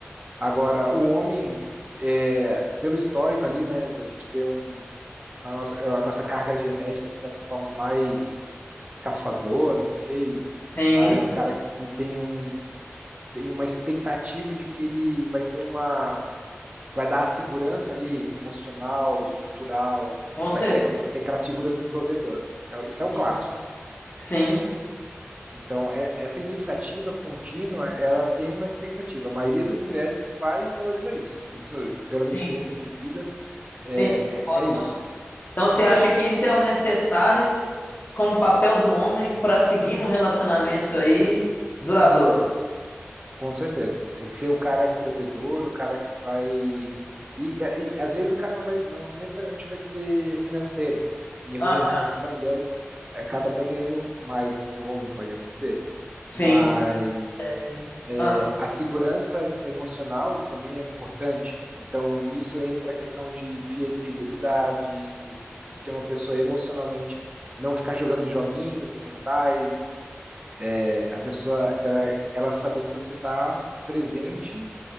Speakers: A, on the right; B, on the left.
A: Agora, o homem, é, pelo histórico ali, né, da gente ter um a nossa, a nossa carga genética, de certa forma, mais caçador, não sei,
B: Sim,
A: mas o cara que tem, um, tem uma expectativa de que ele vai ter uma. Vai dar a segurança ali emocional, estrutural,
B: com certeza.
A: vai, ser, aqu- vai ter aquela figura do provedor. É- o- Isso é o
B: Sim,
A: clássico.
B: sim,
A: Então, é- essa iniciativa contínua, ela tem uma expectativa. A maioria das mulheres vai valorizar isso. Isso, pela minha
B: sim.
A: experiência de vida, é,
B: sim, eu concordo.
A: é, é isso.
B: Então você acha que isso é o necessário como papel do homem para seguir num relacionamento aí duradouro?
A: Com certeza. É ser o cara provedor, o cara que vai. E, e às vezes o cara não vai, não necessariamente vai ser financeiro. Em alguns
B: Aham.
A: relacionamentos a mulher acaba até ganhando mais do que o homem, pode acontecer.
B: Sim,
A: Mas
B: é sim. Ah,
A: a segurança emocional também é importante. Então, nisso entra a questão de fidelidade, de, de ser uma pessoa emocionalmente, não ficar jogando joguinhos mentais, é, a pessoa, ela, ela saber que você está presente